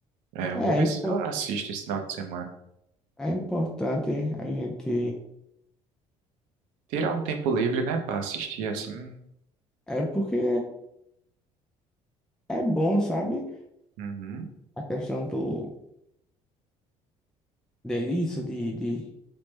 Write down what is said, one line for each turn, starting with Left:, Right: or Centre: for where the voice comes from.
Right: É, eu
Centre: É,
Right: vou ver
Centre: é impor-
Right: se eu assisto esse final de semana.
Centre: é importante a gente.
Right: Tirar um tempo livre, né, pra assistir assim.
Centre: É porque é bom, sabe?
Right: Uhum,
Centre: A questão do. De isso, de, de